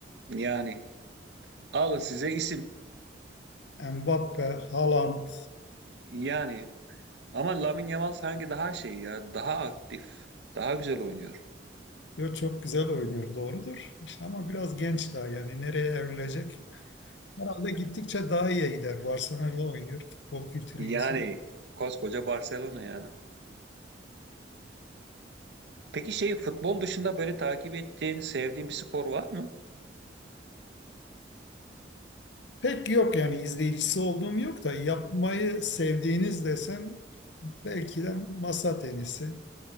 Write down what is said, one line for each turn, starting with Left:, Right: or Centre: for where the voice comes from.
Right: Yani alın size isim.
Left: Mbappe, Haaland
Right: Yani Ama Lamine Yamal sanki daha şey ya, daha aktif, daha güzel oynuyor.
Left: yo çok güzel oynuyor doğrudur. İşte ama biraz genç daha yani nereye evrilecek? Herhalde gittikçe daha iyiye gider. Barcelona'da oynuyor. Futbol kültürü
Right: Yani
Left: yüksek.
Right: koskoca Barcelona ya. Peki şey futbol dışında böyle takip ettiğin, sevdiğin bir spor var mı?
Left: Pek yok yani izleyicisi olduğum yok da yapmayı sevdiğiniz desem belki de masa tenisi.